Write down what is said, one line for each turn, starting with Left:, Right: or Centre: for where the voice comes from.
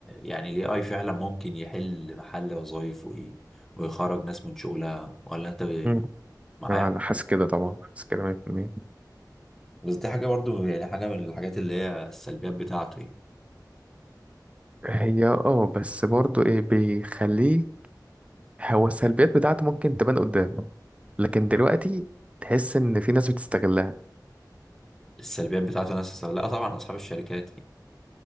Centre: يعني الاي اي فعلا ممكن يحل محل وظايف وايه ويخرج ناس من شغلها ولا انت ب-
Right: مم.
Centre: معايا
Right: انا حاسس كده طبعا حاسس كده 100%
Centre: بس دي حاجه برضو يعني حاجه من الحاجات اللي هي السلبيات بتاعته يعني
Right: هي اه بس برضو ايه بيخليه هو السلبيات بتاعته ممكن تبان قدام لكن دلوقتي تحس ان في ناس بتستغلها
Centre: السلبيات بتاعته ناس لا طبعا اصحاب الشركات